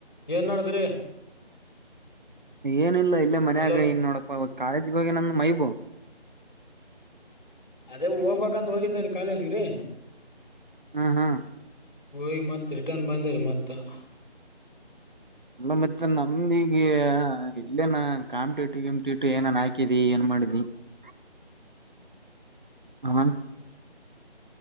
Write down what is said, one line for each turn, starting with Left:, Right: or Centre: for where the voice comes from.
Left: ಏನ್ ಮಾಡಡದ್ರಿ
Right: ಏನಿಲ್ಲ ಇಲ್ಲೇ ಮನ್ಯಾಗ
Left: ಹಲೋ
Right: ಇನ್ ನೋಡಪ್ಪ ಕಾಲೇಜ್ ಬಗ್ಗೆ ನಂದು ಮೈಬೂ
Left: ಅದೇ ಹೋಗ್ಬೇಕಂತ ಹೋಗಿದರಿೀ ಕಾಲೇಜ್ಗ್ರಿ
Right: ಹ್ಮ್ ಹ್ಮ್
Left: ವೈ ಮತ್ತ ರರಿಟರ್ನ್ ಬಧೆರಿ ಮತ್ತತ್ತ
Right: ಅಲ್ಲ ಮತ್ತೆ ನಮ್ದ ಈಗ ಇಲ್ಲೇನ ಕಾಾಮಿಟು ಗಟಿಟು ಏನನ್ ಹಾಕಿದಿ ಏನ್ ಮಾಡಿದಿ ಹ
Left: ಹ
Right: ಹ